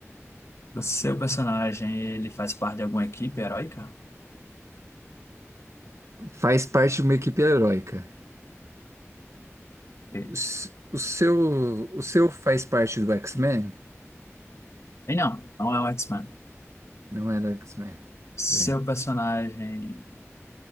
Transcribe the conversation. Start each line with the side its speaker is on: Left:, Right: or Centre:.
Left: O seu personagem, ele faz parte de alguma equipe heróica?
Right: Faz parte de uma equipe heróica.
Left: Ok.
Right: O s- o seu, o seu faz parte do X-Men?
Left: E não, não é o X-Men.
Right: Não é do X-Men.
Left: Seu
Right: Bem,
Left: personagem,